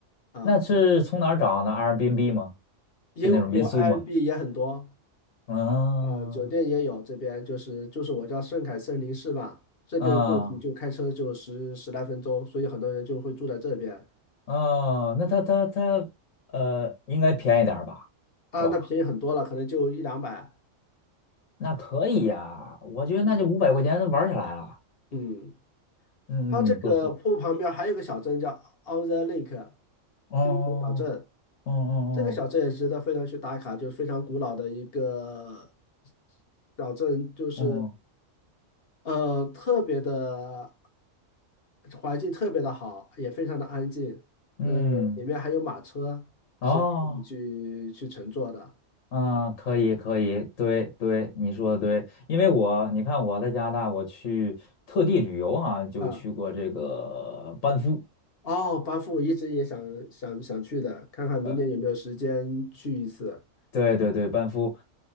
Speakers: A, on the left; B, on the left.
A: 啊。
B: 那是从哪儿找呢？Airbnb 吗？
A: 也有有
B: 就那种民宿吗？
A: i n b 也很多
B: 啊
A: 啊，酒店也有，这边就是就是我叫圣凯森林市吧，这边过去就开车就十十来分钟，
B: 啊
A: 所以很多人就会住在这边
B: 啊，那它它它呃，应该便宜点儿吧，
A: 啊，
B: 是吧？
A: 那便宜很多了，可能就一两百。
B: 那可以呀，我觉得那就五百块钱玩儿下来了。
A: 嗯嗯，
B: 嗯嗯，
A: 它这个瀑布旁边还有个小镇叫
B: 不错。
A: On the Lake
B: 哦，
A: 滨湖小镇，
B: 哦哦
A: 这个小镇也值得非常去打卡，就是非常古老的一个小镇，就是。
B: 嗯嗯
A: 呃，特别的环境特别的好，也非常的安静。
B: 嗯嗯，
A: 嗯，里面还有马车是可以去去乘坐的
B: 哦，嗯，可以，可以，对对，你说的对，因为我你看我在加拿大，我去特地旅游啊，就去过这个班夫，
A: 啊。哦，班夫我一直也想想想去的，看看明年有没有时间去一次。
B: 呃，对对对，班夫